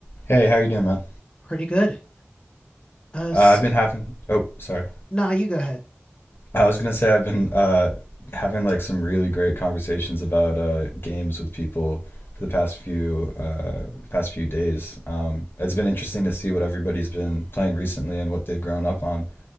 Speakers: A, on the left; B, on the left.
A: Hey, how you doing, man?
B: Pretty good. Uh, s
A: Uh, I've been having. Oh, sorry.
B: nah, you go ahead.
A: I was gonna say I've been uh, having like some really great conversations about uh, games with people for the past few uh, past few days. Um, it's been interesting to see what everybody's been playing recently and what they've grown up on.